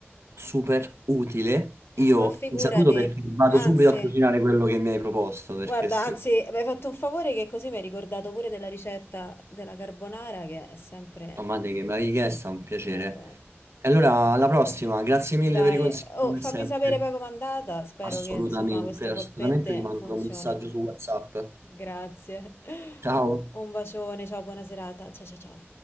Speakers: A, on the right (about 75°); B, on the left (about 55°).
A: super utile. Io
B: Ma figurati,
A: ti saluto perché vado
B: anzi,
A: subito a cucinare quello che mi hai proposto, perché
B: guarda,
A: secondo
B: anzi, mi hai fatto un favore che così mi hai ricordato pure della ricetta della carbonara che è sempre...
A: me che me l'hai chiesto è un piacere.
B: Eh beh.
A: E allora, alla prossima, grazie mille
B: Dai,
A: per i consigli
B: oh,
A: come
B: fammi
A: sempre.
B: sapere poi com'è andata. Spero
A: Assolutamente,
B: che insomma queste
A: assolutamente
B: polpette
A: ti mando
B: funzionino.
A: un messaggio su WhatsApp.
B: Grazie.
A: Ciao.
B: <laughs> Un bacione, ciao, buona serata. Ciao ciao ciao.